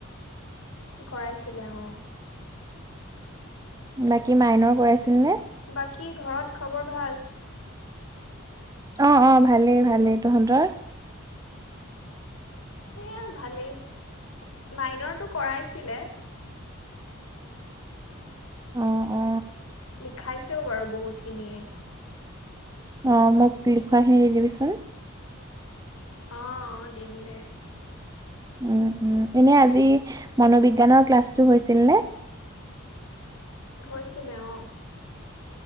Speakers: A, on the left (about 70°); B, on the right (about 15°).
A: কৰাইছিলে অঁ
B: বাকী মাইনৰ কৰাইছিল নে
A: বাকী ঘৰত খবৰ ভাল
B: অ অ ভালেই ভালেই তহঁতৰ
A: এয়া ভালেই মাইনৰটো কৰাইছিলে
B: অ অ
A: লিখাইছেও বাৰু বহুতখিনিয়ে
B: অ মোক লিখোৱাখিনি দি দিবিচোন
A: অ অ দিম দে
B: উ উম এনে আজি মনোবিজ্ঞানৰ ক্লাছটো হৈছিল নে? <inaudible>
A: হৈছিলে অঁ